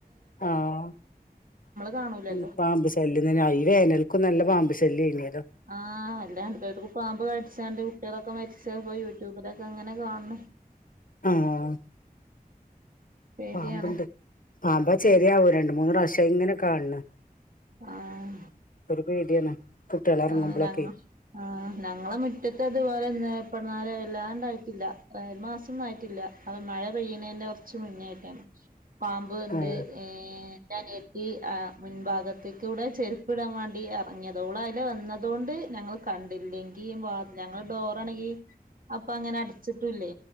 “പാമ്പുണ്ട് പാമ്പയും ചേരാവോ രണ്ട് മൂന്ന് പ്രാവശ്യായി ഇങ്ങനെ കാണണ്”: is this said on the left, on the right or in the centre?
Left